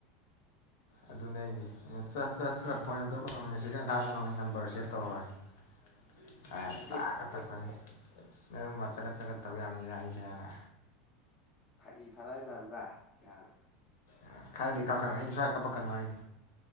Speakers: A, on the left; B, on the left.
A: ꯑꯗꯨꯅꯦ ꯍꯥꯏꯖꯦ ꯆ ꯆ ꯆ ꯐꯣꯟ ꯌꯥꯝ ꯇꯧꯔꯛꯀꯅꯣ ꯃꯦꯁꯦꯖ ꯌꯥꯝ ꯊꯔꯀꯅꯣ ꯑꯩ ꯅꯝꯕꯔ ꯁꯦꯞ ꯇꯧꯔꯣꯏ <inaudible> ꯍꯥꯏꯔ
B: ꯍꯩꯅꯗꯦ
A: ꯇꯥꯛ ꯀꯛꯊꯠꯄꯅꯤ ꯅꯣꯏꯒꯨꯝꯕ ꯆꯒꯠ ꯆꯒꯠ ꯇꯧ ꯌꯥ ꯃꯤꯔ ꯑꯩꯁꯦ ꯍꯥꯟꯅ
B: ꯐꯥꯒꯤ ꯐꯅꯏ ꯃꯥꯟꯕ꯭ꯔꯥ ꯒꯅ
A: ꯑ ꯈꯔꯗꯤ ꯀꯞꯈꯔꯕꯅꯦ ꯑꯩꯅ ꯁꯋꯥꯏ ꯀꯞꯄꯛꯀꯅꯣ ꯍꯥꯏꯅꯤ